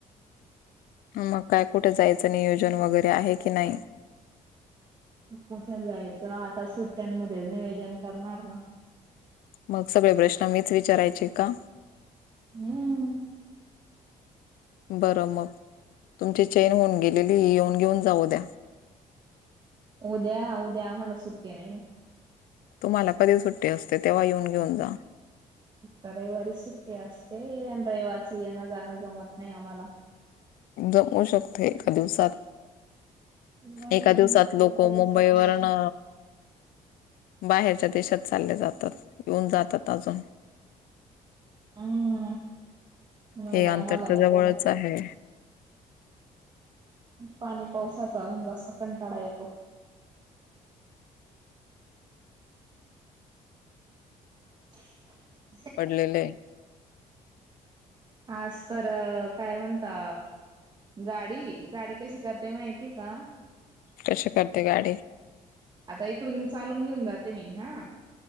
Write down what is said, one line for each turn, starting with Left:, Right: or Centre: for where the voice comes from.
Left: मग काय कुठे जायचं नियोजन वगैरे आहे की नाही
Right: कुठे जायचं आता सुट्ट्यांमध्ये नियोजन करणार ना
Left: मग सगळे प्रश्न मीच विचारायचे का
Right: हम्म
Left: बरं मग तुमची चेन होऊन गेलेली ही येऊन घेऊन जाऊ द्या
Right: उद्या उद्या आम्हाला सु्टी नाही
Left: तुम्हाला कधी सुट्टी असते तेव्हा येऊन घेऊन जा
Right: रविवारी सुट्टी असते आणि रविवारच येंगा जाणं जमत नाही आम्हाला
Left: जमवू शकते एका दिवसात
Right: नाही
Left: एका दिवसात
Right: करसत
Left: लोक मुंबईवरन
Right: नाही.
Left: बाहेरच्या देशात चालले जातात येऊन जातात अजून
Right: उम्म नाही,
Left: हे
Right: आम्हाला
Left: अंतर तर
Right: नाही
Left: जवळच
Right: जमत,
Left: आहे
Right: पाणी पावसात चालून जास्त कंटाळा येतो. <inaudible>
Left: पडलेले.
Right: आज तर... काय म्हणता? गाडी? गाडी कशी करते माहिती का?
Left: कशी करते गाडी?
Right: आता इकडून चालून घेऊन जाते मी, हा!